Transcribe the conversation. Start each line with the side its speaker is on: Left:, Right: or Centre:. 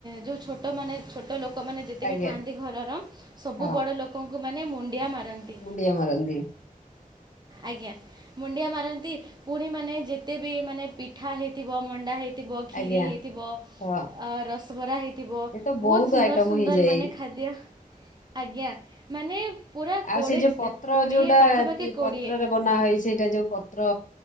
Right: ଯୋଉ ଛୋଟ ମାନେ ଛୋଟ ଲୋକ ଲୋକ ମାନେ ଯେତେ
Left: ଆଜ୍ଞା
Right: ବି ଥାନ୍ତି ଘରର ସବୁ
Left: ହଁ
Right: ବଡ ଲୋକ ଲୋକଙ୍କୁ ମାନେ ମୁଣ୍ଡିଆ ମାରନ୍ତି।
Left: ମୁଣ୍ଡିଆ ମାରନ୍ତି
Right: ଆଜ୍ଞା। ମୁଣ୍ଡିଆ ମାରନ୍ତି। ପୁଣି ମାନେ ଯେତେ ବି ମାନେ ପିଠା ହେଇଥିବ ମଣ୍ଡା ହେଇ ଥିବ। ଖିରି
Left: ଆଜ୍ଞା
Right: ହେଇଥିବ।
Left: ହଁ।
Right: ଆଉ ରସଗୋରା ହେଇ ତିବ
Left: ଏ ତ
Right: ବହୁତ୍
Left: ବହୁତ
Right: ସୁନ୍ଦର
Left: ଆଇଟମ
Right: ସୁନ୍ଦର
Left: ହେଇଯାଏ
Right: ମାନେ ଖାଦ୍ୟ। ଆଜ୍ଞା। ମାନେ ପୁରା
Left: ଆଉ
Right: କୋଡେ
Left: ସେ ଯୋଉ ପତ୍ର
Right: କୋଡିଏ
Left: ଯୋଉଟା
Right: ପାଖାପାଖି
Left: ତି- ପତ୍ରରେ
Right: କୋଡିଏ।
Left: ବନା ହେଇ ସେଇଟା ଯୋଉ ପତ୍ର